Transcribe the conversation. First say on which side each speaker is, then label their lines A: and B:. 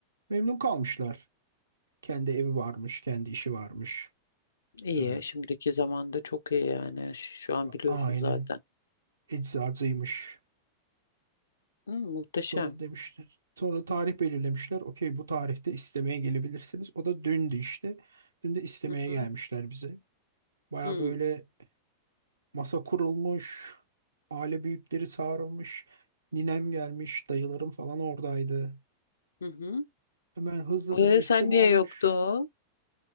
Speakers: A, on the right; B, on the left.
A: memnun kalmışlar. Kendi evi varmış, kendi işi varmış.
B: İyi.
A: E,
B: Şimdiki zamanda çok iyi yani. Ş- Şu an biliyorsun
A: aynen
B: zaten.
A: eczacıymış.
B: Hı, muhteşem.
A: Sonra demişler. Sonra tarih belirlemişler. Okey bu tarihte istemeye gelebilirsiniz. O da dündü işte. Dün de istemeye
B: Hı hı.
A: gelmişler bize. Baya
B: Hı
A: böyle Masa kurulmuş, aile büyükleri çağrılmış, ninem gelmiş, dayılarım falan oradaydı.
B: hı. hı.
A: Hemen hızlıca
B: E,
A: bir isteme
B: sen niye
A: olmuş.
B: yoktun?